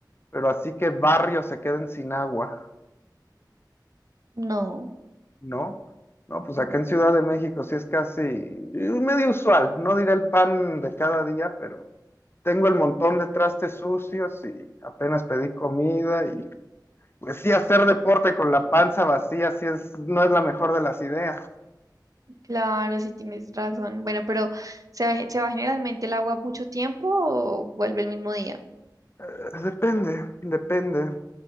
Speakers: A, on the left; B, on the right.
A: pero así que barrios se queden sin agua.
B: No,
A: No, no,
B: mm,
A: pues acá en Ciudad de México sí es casi eh, medio usual, no diré el pan de cada día, pero tengo el montón de trastes sucios y apenas pedí comida y pues sí hacer deporte con la panza vacía sí es, no es la mejor de las ideas.
B: claro, sí tienes razón. Bueno, pero ¿se va, se va generalmente el agua mucho tiempo o vuelve el mismo día?
A: Eh, Depende, depende.